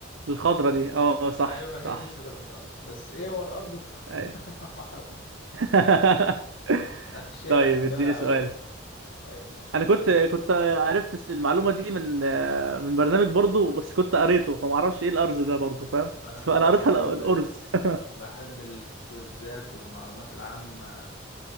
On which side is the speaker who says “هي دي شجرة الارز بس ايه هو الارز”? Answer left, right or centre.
Left